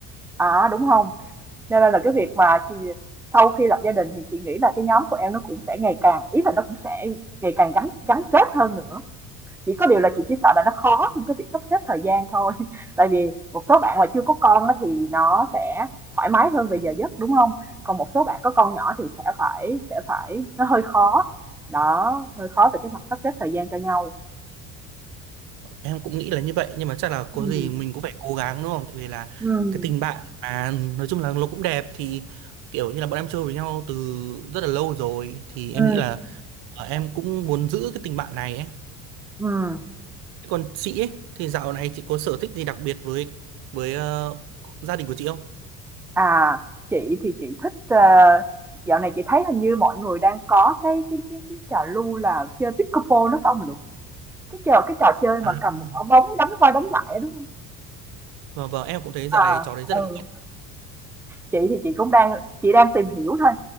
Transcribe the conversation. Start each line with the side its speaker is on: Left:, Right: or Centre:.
Centre: à, đúng không cho nên là là cái việc mà chị, sau khi lập gia đình thì chị nghĩ là cái nhóm của em nó cũng sẽ ngày càng ý là nó cũng sẽ ngày càng gắn gắn kết hơn nữa chỉ có điều là chị chỉ sợ là nó khó trong cái việc sắp xếp thời gian thôi. <laughs> Tại vì một số bạn mà chưa có con thì nó sẽ thoải mái hơn về giờ giấc, đúng không? Còn một số bạn có con nhỏ thì sẽ phải sẽ phải nó hơi khó. Đó, hơi khó về cái mặt sắp xếp thời gian cho nhau.
Right: em cũng nghĩ là như vậy nhưng mà chắc là có
Centre: Ừ
Right: gì mình cũng phải cố gắng đúng không tại vì là
Centre: ừ
Right: cái tình bạn mà nói chung là nó cũng đẹp thì kiểu như là bọn em chơi với nhau từ rất là lâu rồi thì
Centre: ừ
Right: em nghĩ là ờ, em cũng muốn giữ cái tình bạn này ấy
Centre: ừm.
Right: Thế còn chị ấy thì dạo này chị có sở thích gì đặc biệt với với ờ, gia đình của chị không
Centre: À, chị thì chị thích, ờ dạo này chị thấy hình như mọi người đang có cái cái cái cái trào lưu là chơi pickleball đó phải hông Lượng? Cái trò cái trò chơi mà
Right: à
Centre: cầm
Right: vâng
Centre: quả bóng đánh qua đánh lại á, đúng không?
Right: vâng vâng, em cũng thấy dạo
Centre: À,
Right: này trò đấy rất
Centre: ừ.
Right: là
Centre: Chị thì chị cũng đang chị đang tìm hiểu thôi,